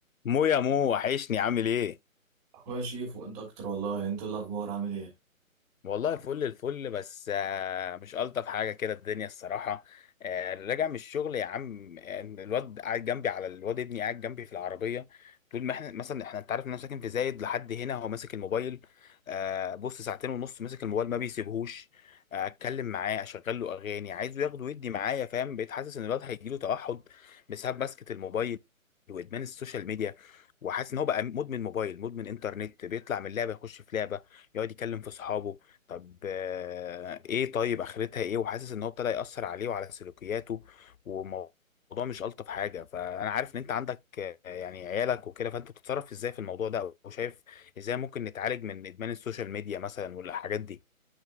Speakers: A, on the left; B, on the right.
A: مو يا مو وحشني عامل ايه
B: اخويا شيف وانت اكتر والله انت إيه الاخبار عامل ايه
A: والله فل الفل بس آه، مش ألطف حاجة كده الدنيا الصراحة آه، راجع من الشغل يا عم آه، الواد قاعد جنبي على الواد ابني قاعد جنبي في العربية طول ما احنا مثلا احنا انت عارف ان انا ساكن في زايد لحد هنا هو ماسك الموبايل آه، بص ساعتين ونص ماسك الموبايل ما بيسيبهوش آه، اتكلم معاه اشغل له اغاني عايزه ياخده ويدي معايا فاهم بقيت حاسس ان الواد هيجيله توحد بسبب ماسكة الموبايل وادمان السوشيال ميديا وحاسس ان هو بقى مدمن موبايل مدمن انترنت بيطلع من لعبه يخش في لعبه يقعد يكلم في اصحابه طب آه، ايه طيب اخرتها ايه وحاسس ان هو ابتدى يأثر عليه وعلى سلوكياته والموضوع مش ألطف حاجة فانا عارف ان انت عندك آه، يعني عيالك وكده فانت بتتصرف ازاي في الموضوع ده او شايف ازاي ممكن نتعالج من ادمان السوشيال ميديا مثلا والحاجات دي